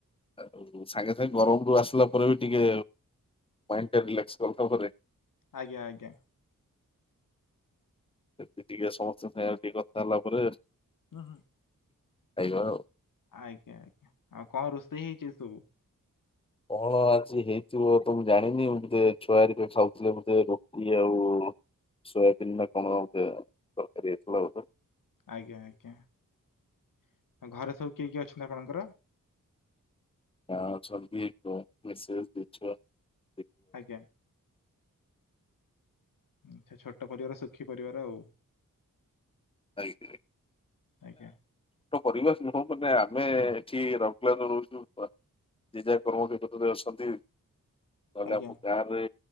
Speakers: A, on the left; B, on the left.
A: ଆଉ ସାଙ୍ଗେ-ସାଙ୍ଗେ ଗରମରୁୁ ଆସିଲା ପରେ ବି ଟିକେ ମାଇଣ୍ଡ ଟା ରିଲାକ୍ସ <unintelligible> ପରେ।
B: ଆଜ୍ଞା-ଆଜ୍ଞା।
A: ଏଇ ଟିକେ ସମସ୍ତଙ୍କ ସାଙ୍ଗରେ ଟିକେ କଥା ହେଲା ପରେ
B: ଉଁ ହୁଁ।
A: ଖାଇବା ଆଉ।
B: ଆଜ୍ଞା-ଆଜ୍ଞା ଆଉ କଣ ରୋଷେଇ ହେଇଛି ଆଜି ସବୁ?
A: କଣ ଆଜି ହେଇଥିବ ତ ମୁଁ ଜାଣିନି ବୋଧେ ଛୁଆ ହେରିକା ବୋଧେ ରୁଟି ଆଉ ସୋୟାବିନ ନା କଣ ଗୋଟେ ତରକାରୀ ହେଇଥିଲା ବୋଧେ।
B: ଆଜ୍ଞା-ଆଜ୍ଞା। ଘରେ ସବୁ କିଏ କିଏ ଅଛନ୍ତି ଆପଣଙ୍କର?
A: ଘରେ ଅଛନ୍ତି ଏ ମେସେଜ ଦେଇଛ <inaudible>
B: ଆଜ୍ଞା। ଏମତିଆ ଛୋଟ ପରିବାର ସୁଖୀ ପରିବାର ଆଉ।
A: <unintelligible>
B: ଆଜ୍ଞା
A: କରିବା ନୁହଁ ମାନେ ଆମେ ଏଠି ରହିଲା <unintelligible> ଦି ଯା କର୍ମ <unintelligible> ଆସନ୍ତି। ତାହେଲେ
B: ଆଜ୍ଞା
A: ଆମ ଗାଁରେ